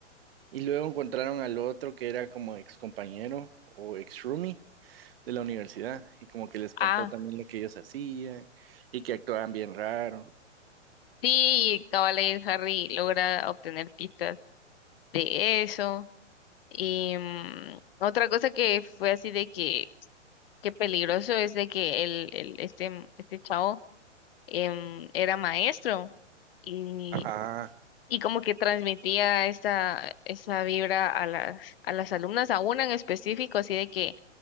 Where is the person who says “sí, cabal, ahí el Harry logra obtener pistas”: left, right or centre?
Left